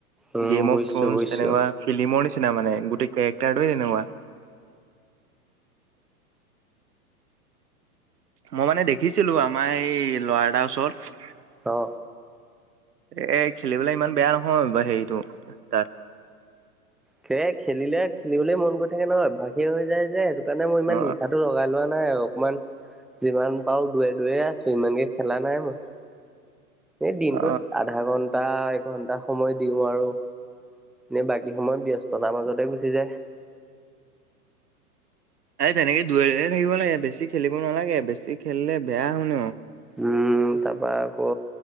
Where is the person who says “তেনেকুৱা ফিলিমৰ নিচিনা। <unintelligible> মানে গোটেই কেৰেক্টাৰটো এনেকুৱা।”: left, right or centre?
Right